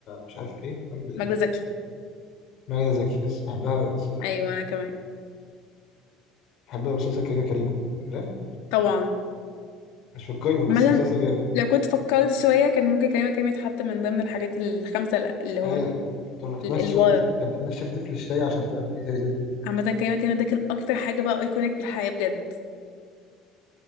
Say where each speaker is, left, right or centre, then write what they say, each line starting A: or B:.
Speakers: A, on the left; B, on the left.
A: مش عارف ايه ماجده ايه
B: ماجدة زكي
A: ماجده زكي بس بحبها قوي الصراحه
B: ايوه انا كمان
A: بحب مسلسل كريمه كريمه فاكرها
B: طبعا
A: مش في القايمه
B: مثلا
A: بس مسلسل جامد
B: لو كنت فكرت شوية كان ممكن كريمة كريم يتحط من ضمن الحاجات الخمسة الل- اللي هو
A: ايوه
B: من
A: كانت بتنشف
B: ال- اللي ورا
A: طفل كانت بتنشف طفل الشاي عشان تعمل بيه زي زي
B: عامة كريمة كريم ده كان أكتر حاجة بقى أيكونيك في الحياة بجد